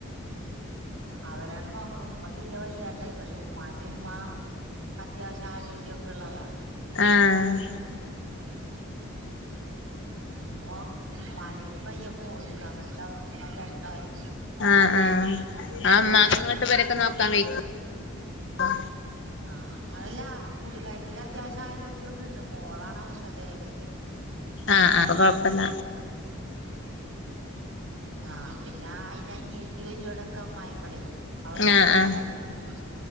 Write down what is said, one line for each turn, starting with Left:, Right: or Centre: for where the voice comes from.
Right: അവരാണ് നോക്ക്ണ്. ഉമ്മ തീരെ വയ്യാണ്ടായി. പക്ഷെ ഉമ്മാന്റെ ഉമ്മാ അത്യാവശ്യം ആരോഗ്യം ഒക്കെ ഉള്ള ആളാ.
Left: ആഹ്
Right: ഉമ്മ ഉമ്മാനേലും വയ്യ മോൾക്ക് അങ്ങൻത്ത ഘട്ടായി.
Left: ആഹ് ആഹ്. ആ ഇമ്മാക്ക് ഇങ്ങട്ട് വെരെക്കെ നോക്കാൻ വെയ് കോ?
Right: മാ അല്ലാ പുള്ളികാരത്തിക്ക് അത്യാവശ്യം ആരോഗ്യമൊക്കെ ഉണ്ട് മോളാണ് അവശതയായത്.
Left: ആഹ് ആഹ് കൊഴപ്പല്ല.
Right: ആഹ് പിന്നെ അയിൻ്റെ അനിയത്തി വരുഎടക്ക് അമ്മായിമ്മടെയ്. അവൾടെ
Left: ആഹ്
Right: അമ്മായിമ്മടെ
Left: ആഹ്
Right: അനിയെത്തി